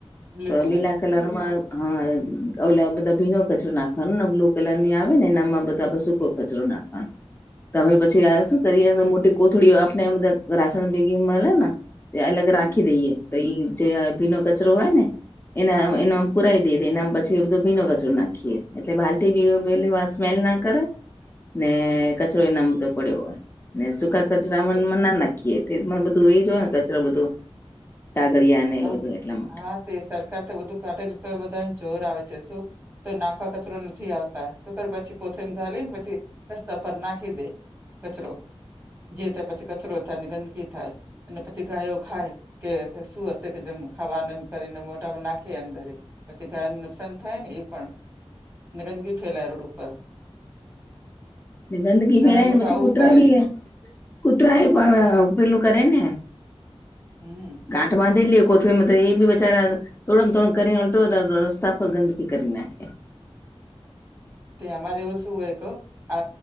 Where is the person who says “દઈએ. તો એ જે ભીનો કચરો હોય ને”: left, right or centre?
Left